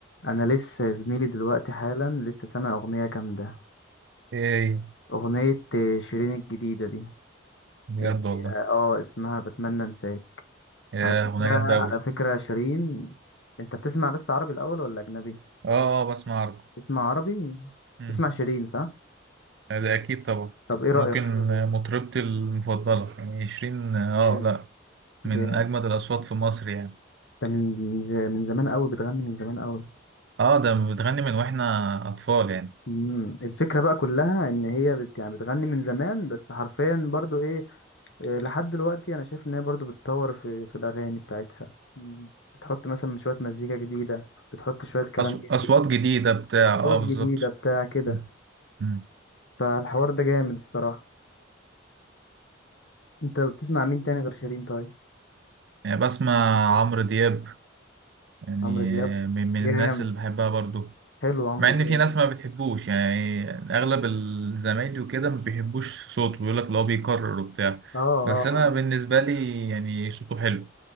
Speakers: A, on the left (about 65°); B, on the right (about 55°).
A: انا لسه زميلي دلوقتي حالا لسه سامع اغنيه جامده
B: ايه هي
A: اغنيه آه، شيرين الجديده دي
B: بجد
A: اه
B: والله
A: آه، اسمها بتمنى انساك
B: يا
A: على فكره
B: اغنيه جامده قوي
A: على فكره شيرين انت بتسمع بس عربي الاول ولا اجنبي
B: اه اه بسمع عربي
A: تسمع عربي
B: امم
A: تسمع شيرين صح
B: ده اكيد طبعا
A: طب ايه رايك
B: ممكن
A: فيها
B: آه،
A: أصلاً؟
B: مطربتي المفضله يعني عشرين اه
A: جامد
B: لا من
A: جامد
B: اجمد الاصوات في مصر يعني
A: ده من ز- من زمان قوي بتغني من زمان قوي
B: اه ده بتغني من واحنا اطفال يعني
A: مم. الفكره بقى كلها ان هي بت يعني بتغني من زمان بس حرفيا برضو ايه إيه، لحد دلوقتي انا شايف ان هي برضو بتطور في في الاغاني بتاعتها مم. بتحط مثلا شويه مزيكا جديده بتحط شويه كلام
B: أص...
A: جديد
B: اصوات جديده بتاع
A: اصوات
B: اه بالظبط
A: جديده بتاع كده
B: مم. مم.
A: فالحوار ده جامد الصراحه انت بتسمع مين تاني غير شيرين طيب
B: يعني بسمع عمرو دياب يعني
A: عمرو دياب
B: آه، من من
A: جامد
B: الناس اللي بحبها برضو
A: حلو عمرو
B: مع ان
A: دياب
B: في ناس ما بتحبوش يعني اغلب الزمايلي وكده ما بيحبوش صوته بيقول لك اللي هو بيكرر وبتاع
A: اه اه
B: بس انا
A: اه
B: بالنسبه لي يعني صوته حلو